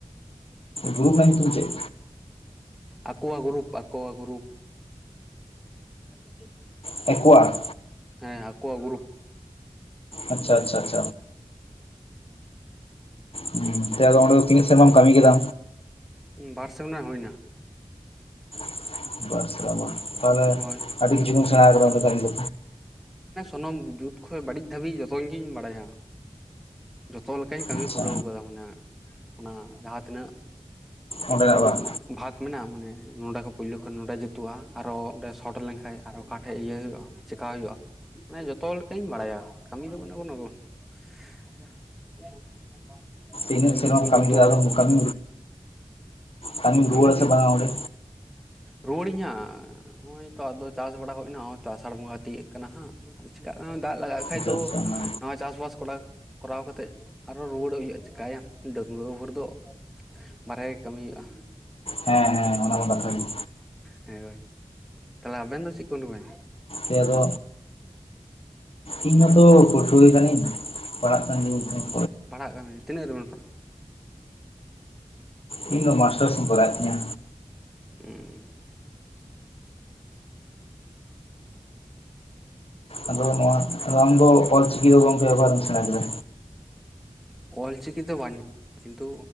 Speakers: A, on the left (about 55°); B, in the centre.
A: ᱜᱨᱩᱯ ᱨᱮᱱᱟᱜ ᱧᱩᱛᱩᱢ ᱪᱮᱫ
B: ᱟᱠᱚᱣᱟᱜ ᱜᱨᱩᱯ ᱟᱠᱚᱣᱟᱜ ᱜᱨᱩᱯ <inaudible>
A: ᱛᱟᱠᱚᱣᱟ
B: ᱦᱮᱸ ᱟᱠᱚᱣᱟᱜ ᱜᱩᱨᱩᱯ
A: ᱟᱪᱪᱷᱟ ᱟᱪᱪᱷᱟ ᱟᱪᱷ᱾ ᱦᱩᱸ ᱛᱮ ᱚᱸᱰᱮ ᱫᱚ ᱛᱤᱱᱟᱹᱜ ᱥᱮᱨᱢᱟᱢ ᱠᱟᱹᱢᱤ ᱠᱮᱫᱟ?
B: ᱵᱟᱨ ᱥᱮᱢᱱᱟ ᱦᱩᱭᱱᱟ᱾
A: <inaudible> ᱵᱟᱨ ᱥᱮᱨᱢᱟ ᱛᱟᱦᱚᱞᱮ
B: ᱦᱳᱭ
A: ᱟᱹᱰᱤ ᱠᱤᱪᱷᱩ ᱜᱮᱢ ᱥᱮᱬᱟᱣ ᱠᱟᱫᱟ ᱚᱸᱰᱮ ᱛᱚ ᱟᱢᱫᱚ᱾
B: ᱚᱱᱟᱢ ᱡᱩᱛ ᱠᱷᱚᱡ ᱵᱟᱹᱲᱤᱡ ᱫᱷᱟᱹᱵᱤᱡ ᱡᱚᱛᱚ ᱜᱤᱧ ᱵᱟᱲᱟᱭᱟ᱾ ᱡᱚᱛᱚ ᱞᱮᱠᱟᱧ ᱠᱟᱹᱢᱤ
A: ᱟᱪᱪᱷᱟ
B: ᱯᱩᱨᱟᱹᱣ ᱠᱟᱫᱟ ᱢᱟᱱᱮ ᱚᱱᱟ ᱡᱟᱦᱟᱸ ᱛᱤᱱᱟᱹᱜ
A: ᱚᱸᱰᱮᱱᱟᱜ
B: ᱤᱭᱟᱹ
A: ᱵᱟᱝ?
B: ᱢᱮᱱᱟᱜ ᱵᱷᱟᱜᱽ ᱢᱮᱱᱟᱜᱼᱟ ᱢᱟᱱᱮ ᱱᱚᱰᱮ ᱠᱷᱚᱡ ᱯᱩᱭᱞᱩ ᱠᱷᱚᱱ ᱱᱚᱰᱮ ᱡᱩᱛᱩᱜᱼᱟ ᱟᱨᱚ ᱚᱸᱰᱮ ᱥᱚᱴ ᱞᱮᱱᱠᱷᱟᱡ ᱟᱨᱚ ᱚᱠᱟ ᱴᱷᱮᱡ ᱤᱭᱟᱹ ᱦᱩᱭᱩᱜᱼᱟ᱾ ᱪᱮᱠᱟ ᱦᱩᱭᱩᱜᱼᱟ ᱢᱟᱱᱮ ᱡᱚᱛᱚ ᱞᱮᱠᱟᱧ ᱵᱟᱲᱟᱭᱟ ᱠᱟᱹᱢᱤ ᱫᱚ ᱢᱟᱱᱮ ᱵᱟᱹᱱᱩᱜ ᱟᱫᱚ᱾ <unintelligible>
A: ᱛᱱᱟᱹᱜ ᱥᱮᱨᱢᱟᱢ
B: ᱡᱩᱫᱤᱧ
A: ᱠᱟᱹᱢᱤ
B: ᱜᱩᱛᱩ
A: ᱠᱮᱫᱟ ᱟᱫᱚ ᱠᱟᱹᱢᱤ ᱠᱟᱹᱢᱤᱢ ᱨᱩᱣᱟᱹᱲᱟ
B: ᱠᱟᱹᱢᱤ ᱜᱮ
A: ᱥᱮ ᱵᱟᱝ ᱚᱸᱰᱮ᱾
B: ᱨᱩᱣᱟᱹᱲᱤᱧ ᱦᱟᱸᱜ᱾ ᱱᱚᱜ ᱚᱭ ᱛᱚ ᱟᱫᱚ ᱪᱟᱥ ᱵᱟᱲᱟ ᱦᱩᱭ ᱱᱟ ᱚᱭ ᱛᱚ ᱟᱥᱟᱲ ᱵᱚᱸᱜᱟ ᱛᱤᱭᱟᱹᱜ ᱠᱟᱱᱟ ᱦᱟᱸᱜ᱾ ᱟᱫᱚ ᱪᱤᱠᱟᱜ ᱠᱟᱱᱟ ᱫᱟᱜ ᱞᱟᱜᱟᱜ ᱠᱷᱟᱡ
A: ᱟᱪᱪᱷᱟ
B: ᱫᱚ
A: ᱟᱪᱪᱷᱟ ᱚᱱᱟ
B: ᱱᱚᱣᱟ ᱪᱟᱥᱵᱟᱥ ᱠᱚᱨᱟ ᱠᱚᱨᱟᱣ ᱠᱟᱛᱮᱫ ᱟᱨᱚ ᱨᱩᱣᱟᱹᱲᱚᱜ ᱦᱩᱭᱩᱜᱼᱟ ᱪᱤᱠᱟᱭᱟᱢ ᱰᱟᱺᱜᱞᱟᱹᱣ ᱦᱚᱲ ᱫᱚ᱾ ᱵᱟᱨᱦᱮ ᱠᱟᱹᱢᱤ ᱦᱩᱭᱩᱜᱼᱟ᱾
A: ᱦᱮᱸ ᱦᱮᱸ ᱚᱱᱟᱢᱟ ᱠᱟᱛᱷᱟ ᱜᱤ᱾
B: ᱦᱮᱸ ᱦᱳᱭ᱾ ᱛᱟᱦᱚᱞᱮ ᱟᱵᱮᱱ ᱫᱚ ᱪᱤᱫ ᱩᱸᱰ ᱵᱮᱱ?
A: ᱟᱭᱮ ᱫᱚ ᱤᱧ ᱢᱟᱛᱚ ᱯᱟᱹᱴᱷᱩᱭᱟᱹ ᱠᱟᱱᱤᱧ ᱯᱟᱲᱦᱟᱜ ᱠᱟᱱ ᱜᱤᱭᱟᱹᱧ ᱛᱟᱸᱦᱮ᱾
B: ᱯᱟᱲᱦᱟᱜ ᱠᱟᱱᱟᱢ ᱛᱤᱱᱟᱹᱜ ᱨᱮᱵᱮᱱ ᱯᱟᱲᱦᱟᱜ?
A: ᱤᱧ ᱫᱚ ᱢᱟᱥᱴᱟᱨᱥ ᱤᱧ ᱠᱚᱨᱟᱣᱮᱫ ᱛᱤᱧᱟ᱾
B: ᱩᱸ᱾
A: ᱟᱫᱚ ᱱᱚᱣᱟ ᱟᱨ ᱟᱢ ᱫᱚ ᱚᱞ ᱪᱤᱠᱤ ᱫᱚ ᱜᱚᱝᱠᱮ ᱚᱠᱟᱨᱮᱢ ᱥᱮᱬᱟ ᱠᱮᱫᱟ?
B: ᱚᱞ ᱪᱤᱠᱤ ᱫᱚ ᱵᱟᱧ ᱠᱤᱱᱛᱩ